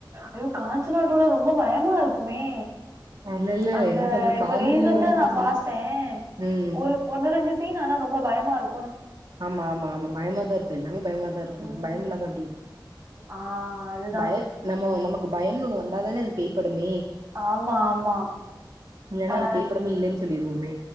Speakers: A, on the right; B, on the right.
A: ஐயோ காஞ்சனா டூ ல ரொம்ப பயமா இருக்குமே
B: இல்ல இல்ல
A: அந்த
B: எனக்கு
A: இப்ப
B: காமெடிலா
A: ரீசண்டா
B: ரொம்ப புடிச்சிருந்துச்சு
A: நான் பார்த்தேன்
B: ம்
A: ஒரு ஒன்னு ரெண்டு சீன் ஆனா ரொம்ப பயமா இருக்
B: ஆமா ஆமா ஆமா பயமா தான் இருக்கும் எல்லாமே பயமாதான் இருக்கும்
A: ம்
B: பயம் இல்லாம எப்படி இருக்கும்
A: ஆ அதுதா
B: பயம் நம்ம நமக்கு பயம்னு ஒன்னு வந்தாத தானே இது பேய் படம்
A: ஆமா ஆமா
B: இல்லைனா
A: ஆ
B: அது பேய் படமே இல்லன்னு சொல்லிடுவோமே